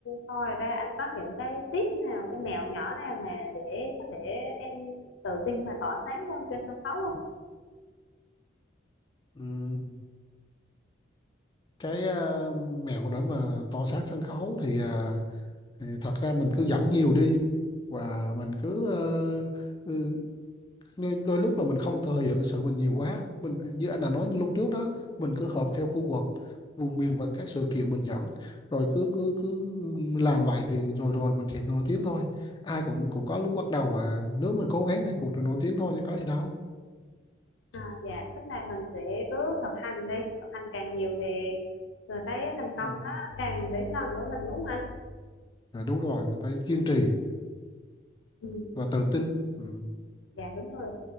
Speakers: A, on the left; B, on the left.
A: coi ra anh có những cái tip nào cái mẹo nhỏ nào mà để có thể em tự tin và tỏa sáng hơn trên sân khấu không
B: Ừm, Cái ờ, mẹo để mà tỏ sáng sân khấu thì ờ, Thì thật ra mình cứ dẫn nhiều đi và mình cứ ờ, ừ, đôi, đôi lúc là mình không thừa hiện sự mình nhiều quá mình như anh đã nói lúc trước đó mình cứ hợp theo khu vực vùng miền và các sự kiện mình dẫn rồi cứ cứ cứ làm vậy thì rồi rồi mình sẽ nổi tiếng thôi ai cũng cũng có lúc bắt đầu và nếu mình cố gắng thì cũng được nổi tiếng thôi chứ có gì đâu
A: À, dạ, tức là mình sẽ cứ thực hành đi, thực hành càng nhiều thì rồi cái thành công
B: ừ.
A: đó càng đến gần với mình đúng không anh?
B: Rồi đúng rồi mình phải kiên trì
A: Ừ,
B: và tự tin ừ.
A: dạ đúng rồi.